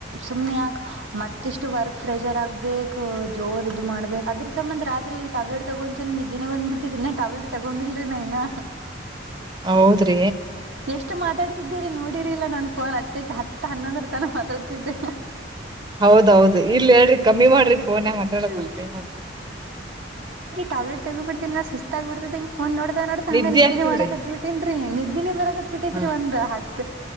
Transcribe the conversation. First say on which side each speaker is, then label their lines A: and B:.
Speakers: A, on the right; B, on the right.
A: ಸುಮ್ನೆ ಯಾಕ ಮತ್ತೆಷ್ಟು ವರ್ಕ್ ಫ್ರೆಜ್ ಆಬೇಕ ಜೋರ್ ಇದ್ ಮಾಡ್ಬೇಕು ಅದ್ರ ಸಂಬಂ ರಾತ್ರಿ ಟ್ಯಾಬ್ಲೆಟ್ ತಗೊಂತ ನ ಇದ್ದಿನೇ ಬಂದ್ಿರ್ತತಿ ನ ಟಾವಲ್ರಿ ತಗೊಂಡಿಲ್ರಿ ನಾ ಇಾ
B: ಹ ಹೌದ್ರಿ
A: ಎಷ್ಟ್ ಮಾತಾಡ್ತಿದ್ದಿರಿ ನೋಡಿರಿಲ್ಲ ನನ್ ಫೋನ್ ಅಚ್ಚೆಚ್ಚ ಹತ್ತ ಹನ್ನೊಂದ್ರ ತನ ಮಾತಾಡ್ತಿದ್ದೆ
B: ಹೌದೌದು ಇಲ್ ಹೇಳ್ರಿ ಕಮ್ಮಿ ಮಾಡ್ರಿ ಫೋನ್ ಮಾತಾಡಕ್
A: ಹ್ಮ್
B: ಬಂತ ಏನ್ ಅಂತ
A: ಟಬ್ಲೆಟ್ ತಗಬ ಬಿಡ್ತಿಲ್ಲ ಸುಸ್ತಗ್ಬಡ್ದೆ ಒಂದ್ ನೋಡ್ತಾ ನೋಡತಾ ಹಂಗ
B: ನಿದ್ದೆ
A: ನಿದ್ದಿನೆ
B: ಆಗ್ತದ್ರಿ
A: ಮಾಡಕತ್ ಬಿಟ್ಟೇನ್ರಿ ನಿದ್ದಿನಿ ಬರತ್ ಬಿಟ್ಟೇತ್ರಿ
B: ಹಾ
A: ಒಂದ್ ಹತ್